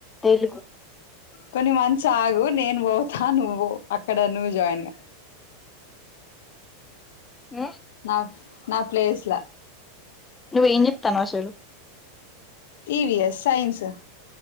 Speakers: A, on the left (about 15°); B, on the left (about 60°).
A: తెలుగు
B: కొన్ని మంత్స్ ఆగు నేను పోతా నువ్వు అక్కడ నువ్వు జాయిన్ గా
A: ఉం
B: నా నా ప్లేస్ల
A: నువ్వ ఏం చెప్తన్నావ్ అసలు
B: ఈవి ఎస్ సైన్స్